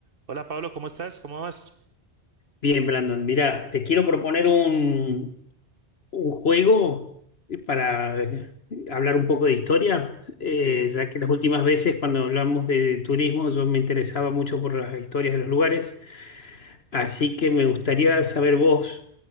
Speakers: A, on the right (about 55°); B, on the left (about 65°).
A: Hola Pablo, ¿cómo estás? ¿Cómo vas?
B: Bien, Brandon, mira te quiero proponer un, un juego para eh, hablar un poco de historia, eh,
A: Sí,
B: ya que las últimas veces cuando hablamos de turismo yo me interesaba mucho por las historias de los lugares, así que me gustaría saber vos